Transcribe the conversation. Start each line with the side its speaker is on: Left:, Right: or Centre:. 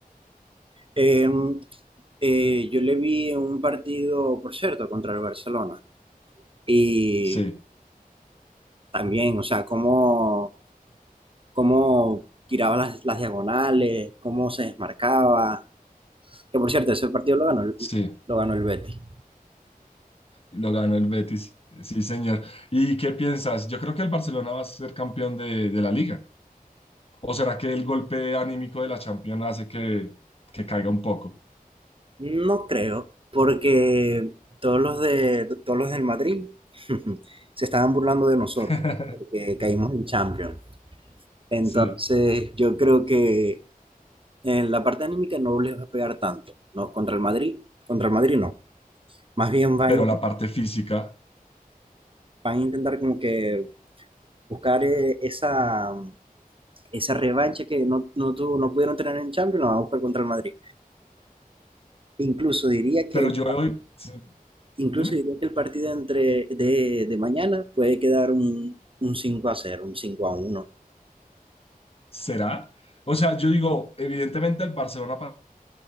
Right: Em, eh, yo le vi un partido, por cierto, contra el Barcelona. Y
Left: Sí,
Right: también, o sea, cómo, cómo tiraba las, las diagonales, cómo se desmarcaba. Que por cierto, ese partido lo ganó, el-
Left: sí,
Right: lo ganó el Betis.
Left: lo ganó el Betis. Sí, señor. ¿Y qué piensas? Yo creo que el Barcelona va a ser campeón de, de la liga. ¿O será que el golpe anímico de la Champions hace que, que caiga un poco?
Right: No creo, porque todos los de, todos los del Madrid <laughs> se estaban burlando de nosotros,
Left: <laughs>
Right: porque caímos en Champions. Entonces,
Left: Sí,
Right: yo creo que en la parte anímica no les va a pegar tanto, ¿no? Contra el Madrid, contra el Madrid no. Más bien va
Left: pero
Right: a in-
Left: la parte física.
Right: van a intentar como que buscar eh, esa, mm, esa revancha que no, no, tuvo- no pudieron tener en Champions, la van a buscar contra el Madrid. Incluso diría que,
Left: Pero yo hoy, sí,
Right: incluso
Left: dime,
Right: diría que el partido entre, de, de mañana puede quedar un, un cinco a cero un cinco a uno
Left: ¿será? O sea, yo digo, evidentemente el Barcelona para